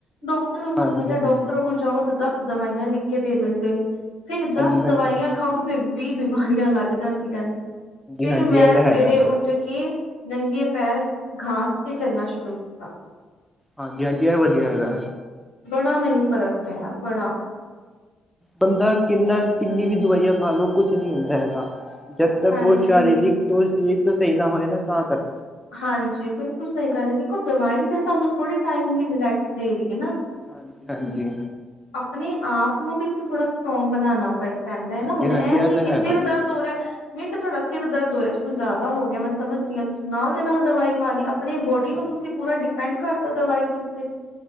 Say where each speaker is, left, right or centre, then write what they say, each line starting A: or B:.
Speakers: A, on the left; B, in the centre.
A: ਡੋਕਟਰ ਤੁਹਾਨੂੰ
B: ਹਾਂਜੀ
A: ਪਤਾ
B: ਹਾਂਜੀ
A: ਡੋਕ ਕੋਲ ਜਾਓ ਤੇ ਦਸ ਦਵਾਈਆਂ ਲਿਖ ਕੇ ਦੇ ਦੇਂਦੇ ਨੇ। ਫਿਰ ਦਸ
B: ਹਾਂਜੀ
A: ਦਵਾਈਆਂ ਖਾਓ ਤੇ ਵੀਹ ਬਿਮਾਰੀਆਂ ਲੱਗ ਜਾਂਦੀਆਂ ਨੇ। ਫਿਰ
B: ਹਾਂਜੀ ਹਾਂਜੀ
A: ਮੈਂ
B: ਇਹ ਤਾਂ
A: ਸਵੇਰੇ
B: ਹੈਗਾ
A: ਉੱਠ ਉੱਠ ਕੇ ਨੰਗੇ ਪੈਰ ਘਾਸ ਤੇ ਚੱਲਣਾ ਸ਼ੁਰੂ ਕੀਤਾ।
B: ਹਾਂਜੀ-ਹਾਂਜੀ, ਐ ਵਧੀਆ ਹੈਗਾ।
A: ਬੜਾ ਮੈਨੂੰ ਫ਼ਰਕ ਪਿਆ, ਬੜਾ।
B: ਬੰਦਾ ਕਿੰਨਾ, ਕਿੰਨੀ ਵੀ ਦਵਾਈਆਂ ਖਾ ਲੋ, ਕੁਛ ਨੀ ਹੁੰਦਾ ਹੈਗਾ। ਜਦ ਤੱਕ
A: ਹਾਂਜੀ
B: ਓ ਸ਼ਾਰੀਰਿਕ ਓਰ ਸ਼ਰੀਰ ਤੋਂ ਸਈ ਨਾ ਹੋਏ ਨਾ ਤਾਂ ਤੱਕ।
A: ਹਾਂਜੀ, ਬਿਲਕੁਲ ਸਈ ਗੱਲ ਏ। ਦੇਖੋ ਦਵਾਈ ਵੀ ਤੇ ਸਾਨੂੰ ਥੋੜੇ ਟਾਈਮ ਲਈ ਰਿਲੈਕਸ ਦੇ ਰੀ ਏ ਨਾ।
B: ਹਾਂਜੀ-ਹਾਂਜੀ।
A: ਅਪਨੇ ਆਪ ਨੂੰ ਵੀ ਤੇ ਥੋੜ੍ਹਾ ਸਟਰੋਂਗ ਬਨਾਨਾ ਪੈ ਪੈਂਦਾ ਏਨਾ,
B: ਹਾਂਜੀ
A: ਹੁਨ
B: ਹਾਂਜੀ
A: ਐ ਨੀ
B: ਇਹ ਤਾਂ
A: ਐ
B: ਹੈਗਾ
A: ਕਿ ਸਿਰ ਦਰਦ ਹੋ ਰੇਐ ਮਿੰਟ ਚ ਤੁਆਡਾ ਸਿਰ ਦਰਦ ਹੋਏਆ, ਚਲੋ ਜਾਦਾ ਹੋ ਗੇਆ ਮੈਂ ਸਮਝ ਰੀ ਆਂ ਤੁਸੀ ਨਾਲ ਦੇ ਨਾਲ ਦ ਦਵਾਈ ਖਾ ਲੀ, ਅਪਨੀ ਬੋਡੀ
B: ਹਾਂਜੀ
A: ਨੂੰ ਤੁਸੀ ਪੂਰਾ ਡਿਪੈਂਡ ਕਰਤਾ ਦਵਾਈ ਦੇ ਉੱਤੇ।